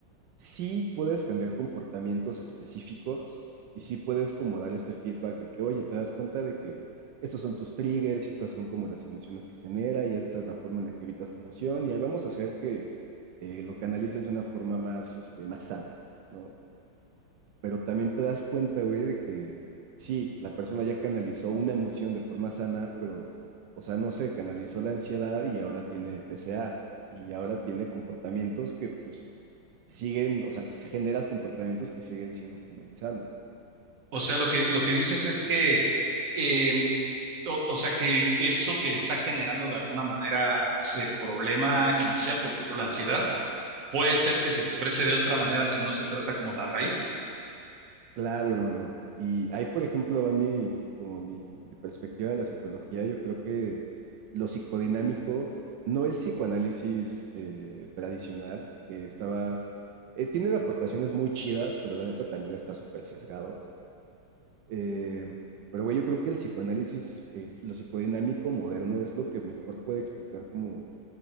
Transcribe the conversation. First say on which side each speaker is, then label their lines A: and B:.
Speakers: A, on the right; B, on the right.
A: sí puedes cambiar comportamientos específicos y sí puedes como dar este feedback de que, oye, te das cuenta de que estos son tus triggers y estas son como las emociones que genera y esta es la forma en la que evitas la emoción y ahí vamos a hacer que eh, lo canalices de una forma más, este, más sana, ¿no? pero también te das cuenta, güey, de que sí, la persona ya canalizó una emoción de forma sana, pero, o sea, no sé, canalizó la ansiedad y ahora tiene TCA y ahora tiene comportamientos que pues siguen, o sea, generas comportamientos que siguen siendo como insanos.
B: O sea, lo que, lo que dices es que, eh, o, o sea, que eso que está generando de alguna manera ese problema inicial, por ejemplo, la ansiedad, puede ser que se exprese de otra manera si no se trata como la raíz.
A: Claro, hermano. Y ahí, por ejemplo, va mi, como mi, mi perspectiva de la psicología. Yo creo que lo psicodinámico, no el psicoanálisis eh, tradicional, que estaba, eh, tiene aportaciones muy chidas, pero la neta también está súper sesgado. Eh, pero, güey, yo creo que el psicoanálisis, el- lo psicodinámico moderno es lo que mejor puede explicar como